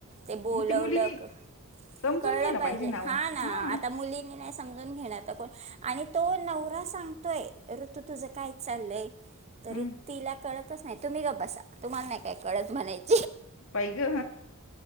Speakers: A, on the right; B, on the left.
A: ते बोलवलक.
B: मग मुलीनी समजून
A: कळलं
B: घ्यायला
A: पाहिजे हा
B: ओ.
A: ना
B: हां,
A: आता मुलींनी नाही समजून घेणार तर कोण आणि तो नवरा सांगतोय ऋतू तुझं काय चाललय तरी
B: हं,
A: तिला कळत नाही तुम्ही का बसा तुम्हाला नाही काय कळच म्हणायचं
B: बाई ग.